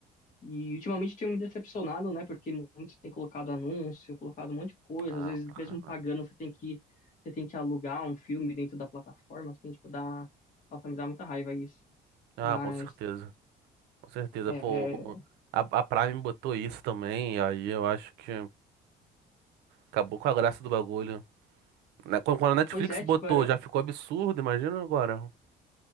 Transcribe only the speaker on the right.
Ah,
pra
caralho.
Ah,
com certeza. Com certeza.
Pô, o- a, a Prime botou isso também, e aí eu acho que acabou com a graça do bagulho. Né, Quando quando a Netflix
botou,
já ficou absurdo, imagina agora.